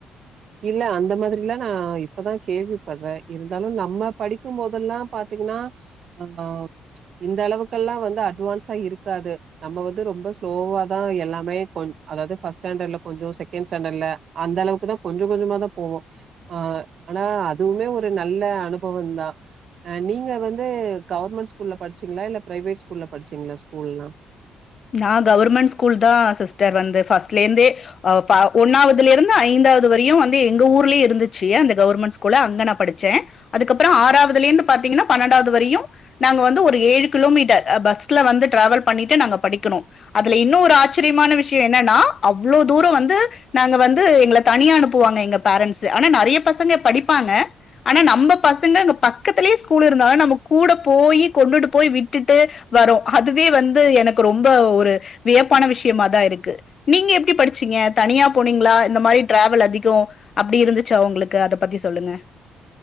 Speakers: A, on the right; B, on the left.
A: இல்ல அந்த மாதிரிலா நா இப்பதா கேள்வி படுறே இருந்தாலு நம்ம படிக்கு போதெல்லா பாத்தீங்ன்னா அஹ் ஆஹ் இந்த அளவுக்கெல்லா வந்து அட்வான்ஸா இருக்காது நம்ம வந்து ரொம்ப ஸ்லோவாதா எல்லாமே கொ அதாவது ஃபர்ஸ்ட் ஸ்டாண்டர்ல கொஞ்சோ செகேண்ட் ஸ்டாண்டர்ல அந்தளவுக்குதா கொஞ்சோ கொஞ்சோமாதா போவோ ஆ ஆனா அதுவுமே ஒரு நல்ல அனுபவோதா நீங்க வந்து கவர்மண்ட் ஸ்கூல்ல படிச்சீங்ளா இல்ல பிரைவேட் ஸ்கூல்ல படிச்சீங்ளா ஸ்கூல்லா
B: நா கவுர்மண்ட் ஸ்கூல்தா சிஸ்டர் வந்து ஃபஸ்ட்லேந்தே ஆ பா ஒன்னாவதுலேர்ந்து ஐந்தாவது வரையு வந்து எங்க ஊர்லியே இருந்துச்சு அந்த கவுர்மண்ட் ஸ்கூல் அங்க நா படிச்சே அதுக்கப்றோ ஆறாவதுளேந்து பாத்திக்கண்ண பண்ணன்டாவது வரையு நாங்க வந்து ஒரு ஏழு கிலோமீட்டர் பஸ்ல வந்து டிராவல் பண்ணிட்டு நாங்க படிக் க்குணு அதுல இன்னு ஒரு ஆச்சிரியமான விஷயோ என்னனா அவ்ளோ தூரோ வந்து நாங்க வந்து எங்கள தனியா அனுப்புவாங்க எங்க பேரண்ட்ஸு ஆனா நெறைய பசங்க படிப்பாங்க ஆனா நம்ப பசங்க அங்க பக்கத்துலயே ஸ்கூல் இருந்தாலு நம்ம கூட போய் கொண்டுட்டு போய் விட்டுட்டு வரு அதுவே வந்து எனக்கு ரொம்ப ஒரு வியப்பான விஷ்யமாதா இருக்கு நீங்க எப்டி படிச்சீங்க தனியா போனீங்ளா இந்த மாரி டிராவல் அதிகோ அப்டி இருந்துச்சா உங்களுக்கு அத பத்தி சொல்லுங்க